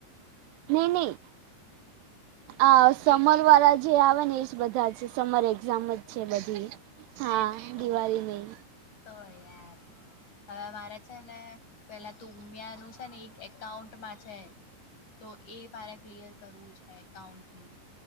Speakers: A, on the right (about 80°); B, on the left (about 45°).
A: નઈ નઈ આ સમર
B: એક તો બીજું
A: વાળા
B: ત્રીજું
A: જે આવે ને બધા સમર એક્ઝામ જ છે બધી હા
B: એજ તો
A: દિવાળી નહી
B: તોય યાર હવે મારે છે ને પેલા તું ઉમિયાનું છે ને એક એકાઉન્ટમાં છે તો એ મારે ક્લિયર કરવું છે એકાઉન્ટનું